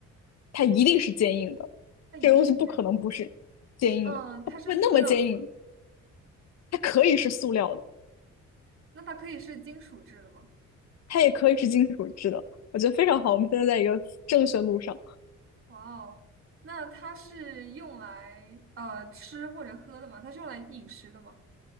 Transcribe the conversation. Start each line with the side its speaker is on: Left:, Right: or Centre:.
Left: 它一定是坚硬的，这个东西不可能不是坚硬的，
Right: 对嗯，它是塑料的吗？
Left: 它不会那么坚硬，它可以是塑料的，
Right: 那它可以是金属制的吗？
Left: 它也可以是金属制的，我觉得非常好。我们现在在一个正确路上。
Right: 哇哦，那它是用来呃吃或者喝的吗？它是用来饮食的吗？